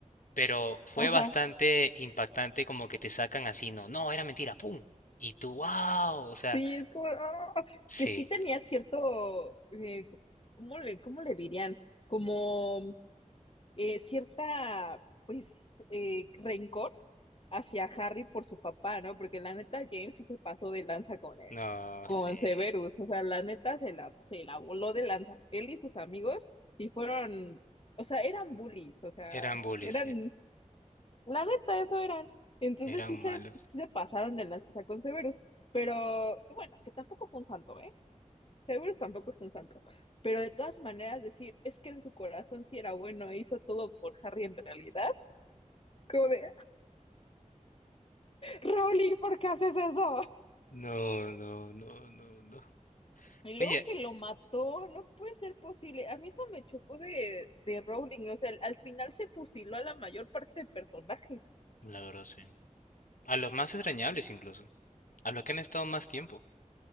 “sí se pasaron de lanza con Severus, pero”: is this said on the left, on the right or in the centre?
Left